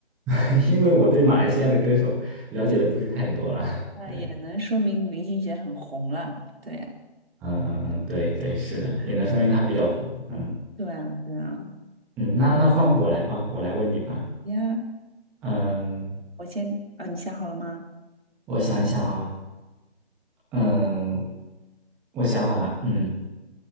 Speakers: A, in the centre; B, on the right (about 65°).
A: <laughs> 因为我对马来西亚的歌手了解的不是太多了，
B: 那也能说明林俊杰很红了。
A: <laughs> 对，
B: 对呀、
A: 嗯嗯嗯，对对，是的，也能说明他比较红，嗯。
B: 对啊，对啊，
A: 嗯，那那换我来吧，我来问你吧。
B: 呀，
A: 嗯，
B: 我先啊，你想好了吗？
A: 我想一下哈，嗯，我想好了，嗯